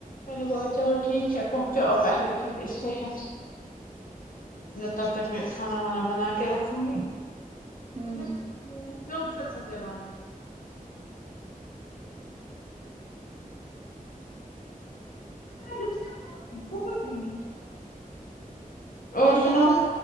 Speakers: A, on the left; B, on the right.
A: میں نے بولا چلو ٹھیک ہے پہنچاؤ پہلے پھر دیکھتے ہیں
B: اچھا
A: تب تک
B: ٹھیک
A: میں کھانا وانا بنا کے کے رکھوں گی
B: ہے ہوں
A: وہاں چل کے میرا سوچ سوچ کے جگانا <unintelligible>
B: ان
A: سنو
B: کو فل